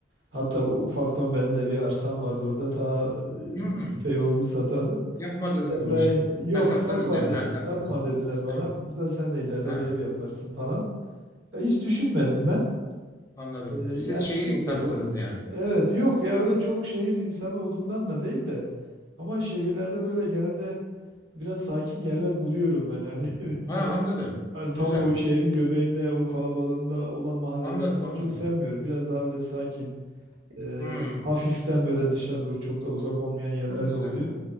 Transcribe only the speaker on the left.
hı.
Yapmadığınız
mı işi?
Ha sattınız
yani.
Ha sattınız.
Ha,
ha,
anladım.
Siz şehir
insanısınız
yani.
Ha, anladım.
Güzel.
Anladım
anladım.
Hmm,
çok güzel.